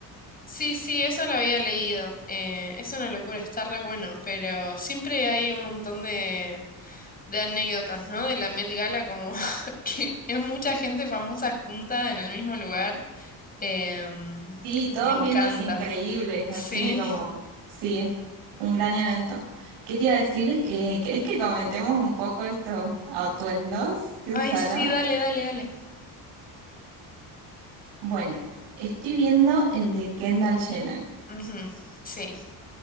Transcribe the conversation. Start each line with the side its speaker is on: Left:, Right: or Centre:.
Left: sí, sí, eso lo había leído. Eh, es una locura, está re bueno, pero siempre hay un montón de, de anécdotas, ¿no? De la Met Gala, como <laughs> que es mucha gente famosa junta en el mismo lugar. Em,
Right: Sí, todos
Left: me encanta.
Right: viéndose increíbles,
Left: Sí.
Right: así como, sí, es un gran evento. ¿Qué te iba a decir? Eh, ¿querés que comentemos un poco estos atuendos que
Left: Ay,
Right: usaron?
Left: sí, dale, dale, dale.
Right: Bueno, estoy viendo el de Kendall Jenner.
Left: Ujú, sí.